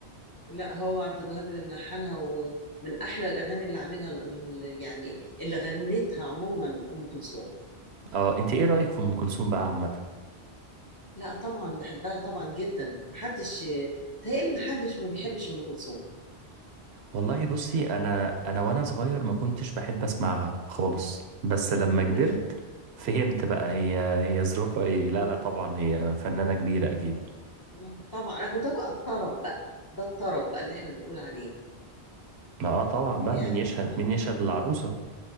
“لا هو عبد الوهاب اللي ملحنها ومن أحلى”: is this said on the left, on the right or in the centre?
Left